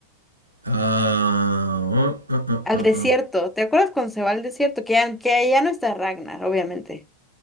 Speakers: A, on the right; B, in the centre.
A: Ah, ah, ah, ah,
B: Al
A: ah.
B: desierto,
A: ah.
B: ¿te acuerdas cuando se va al desierto? Que ya, que ya no está Ragnar, obviamente.